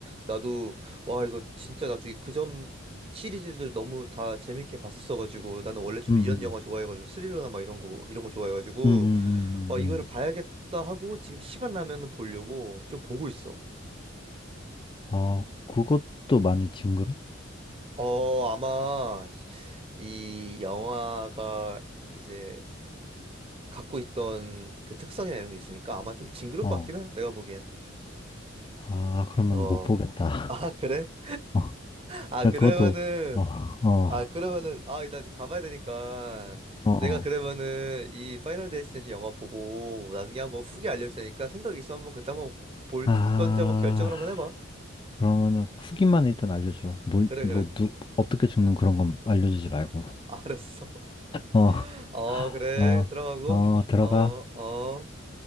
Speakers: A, on the right (about 30°); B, on the left (about 25°).
A: 나도 와 이거 진짜 나중에 그 전 시리즈들 너무 다 재밌게 봤었어가지고 나는 원래 좀
B: 음,
A: 이런
B: 음.
A: 영화 좋아해가지고 스릴러나 막 이런 거 이런 거 좋아해가지고
B: 음, 음, 음,
A: 아
B: 음.
A: 이거를
B: 음.
A: 봐야겠다 하고 지금 시간 나면은 보려고 좀 보고 있어.
B: 아, 그것도 많이 징그러?
A: 어, 아마 이 영화가 이제 갖고 있던 그 특성이나 이런 게 있으니까 아마 좀 징그러울
B: 어.
A: 것 같긴 해. 내가 보기엔.
B: 아, 그러면
A: 어.
B: 못 어, 보겠다.
A: 아, 그래?
B: <laughs> 어,
A: 아,
B: 나
A: 그러면은
B: 그것도, 어, 어,
A: 아, 그러면은 아, 나 이제 가봐야 되니까
B: 어.
A: 내가 그러면은 이 파이널 데스티네이션 영화 보고 나중에 한번 후기 알려줄 테니까 생각 있어 한번 그때 한번 볼
B: 아,
A: 건지 한번 결정을 한번 해봐.
B: 그러면은 후기만 일단 알려줘. 뭐,
A: 그래,
B: 뭐,
A: 그래.
B: 누, 어떻게 죽는 그런 건 알려주지 말고.
A: 알았어.
B: 어,
A: <laughs> 어, 그래.
B: 어,
A: 들어가고.
B: 어, 들어가.
A: 어, 어.